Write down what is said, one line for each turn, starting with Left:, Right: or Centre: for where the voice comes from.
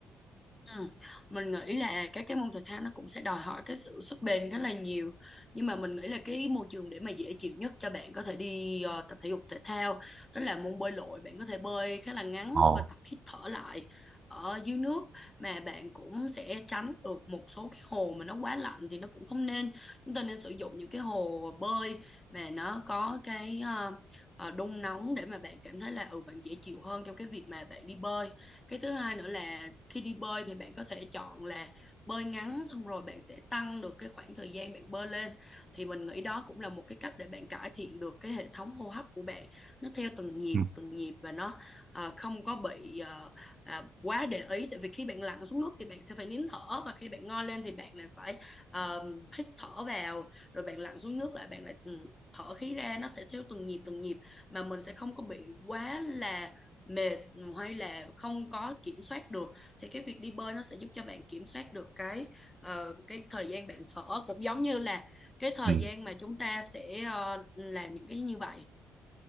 Left: Ừ. Mình nghĩ là các cái môn thể thao nó cũng sẽ đòi hỏi cái sự sức bền rất là nhiều nhưng mà mình nghĩ là cái môi trường để mà dễ chịu nhất cho bạn có thể đi ờ, tập thể dục thể thao đó là môn bơi lội bạn có thể bơi khá là ngắn
Right: Ồ.
Left: và tập hít thở lại ở dưới nước mà bạn cũng sẽ tránh được một số cái hồ mà nó quá lạnh thì nó cũng không nên chúng ta nên sử dụng những cái hồ bơi mà nó có cái ờ, ờ, đun nóng để mà bạn cảm thấy là ừ bạn dễ chịu hơn trong cái việc mà bạn đi bơi cái thứ hai nữa là khi đi bơi thì bạn có thể chọn là bơi ngắn xong rồi bạn sẽ tăng được cái khoảng thời gian bạn bơi lên thì mình nghĩ đó cũng là một cái cách để bạn cải thiện được cái hệ thống hô hấp của bạn nó theo từng nhịp
Right: Ừ.
Left: từng nhịp và nó à, không có bị à, à, quá để ý tại vì khi bạn lặn xuống nước thì bạn sẽ phải nín thở và khi bạn ngoi lên thì bạn lại phải à, hít thở vào rồi bạn lặn xuống nước lại bạn lại ừ, thở khí ra nó sẽ theo từng nhịp từng nhịp mà mình sẽ không có bị quá là mệt hay là không có kiểm soát được thì cái việc đi bơi nó sẽ giúp cho bạn kiểm soát được cái ờ, cái thời gian bạn thở cũng giống như là cái thời
Right: Ừ.
Left: gian mà chúng ta sẽ ờ, làm những cái như vậy